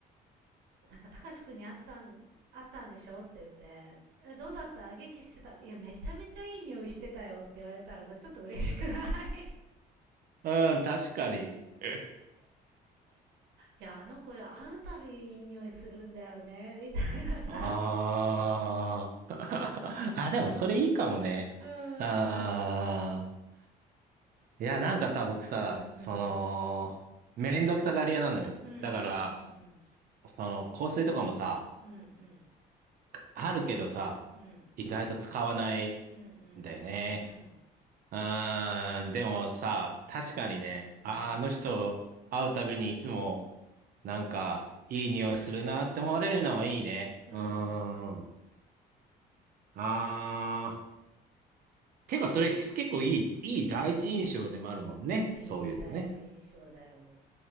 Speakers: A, on the right; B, on the right.
A: なんか、たかしくんに会ったん、ったんでしょって言って、え、どうだった元気してたいや、めちゃめちゃいい匂いしてたよって言われたらさ、ちょっと嬉しくない <laughs>
B: うん、確かに。<laughs>
A: いや、あの子会うたびいい匂いするんだよね、みたいなさ
B: ああ。あ、でもそれいいかもね。
A: <laughs>。うん。うん
B: ああ。いや、なんかさ、僕さ、
A: うん。
B: その、めんどくさがり屋なのよ。
A: うんうん
B: だから、その、香水とかもさ、
A: うんうん。うんうん。
B: あるけどさ、
A: うん
B: 意外と使わないんだよね。
A: うんうん。うん
B: うーん、でもさ、確かにね、
A: うん。
B: あー、
A: うん。
B: あの人会うたびにいつも、なんか、いい匂いするなって思われるのはいいね。
A: うん。
B: うーん。あー。てか、それ結構いい、いい第一印象でもあるもんね。
A: いい第一印象だよ。
B: そういうのね。